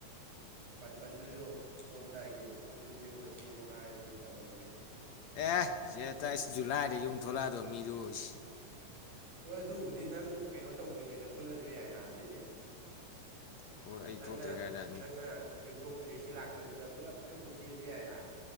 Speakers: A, on the right (about 65°); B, on the left (about 65°).
A: ꯄꯄꯜꯗꯨꯁꯨ ꯊꯣꯛꯣꯛꯑꯝꯗꯥꯏꯒꯤ ꯅꯪ ꯄꯨꯟꯁꯦ ꯈꯣꯠꯁꯦꯁꯨ ꯍꯥꯏꯕꯅꯤ ꯇꯧꯔꯤꯁꯦ
B: ꯑꯦ ꯁꯤꯇꯥꯏꯁ ꯖꯨꯂꯥꯏꯗ ꯌꯨꯝ ꯊꯣꯛꯂꯛꯑ ꯗꯣꯃꯤꯗꯨꯁ
A: ꯍꯣꯏ ꯑꯗꯨꯕꯨꯗꯤ ꯅꯪ ꯀꯩꯅꯣ ꯇꯧꯗ꯭ꯔꯤꯉꯩꯗ ꯄꯨꯜꯂꯁꯨ ꯌꯥꯏ ꯍꯥ ꯑꯗꯨꯏꯗꯤ
B: ꯑꯩꯈꯣꯏ
A: ꯅꯥ
B: ꯑꯩ
A: ꯅꯪꯅ
B: ꯊꯣꯛꯇ꯭ꯔꯤꯉꯩꯗ ꯎꯝ
A: ꯅꯪꯅ ꯌꯨꯝꯊꯣꯛꯇ꯭ꯔꯤ <unintelligible> ꯁꯤ ꯂꯥꯛꯄꯁꯤꯗ ꯄꯨꯂꯞ ꯈꯔ ꯌꯥꯝ ꯄꯨꯟꯊꯦꯛ ꯑꯁꯨ ꯌꯥꯏ ꯍꯥ꯫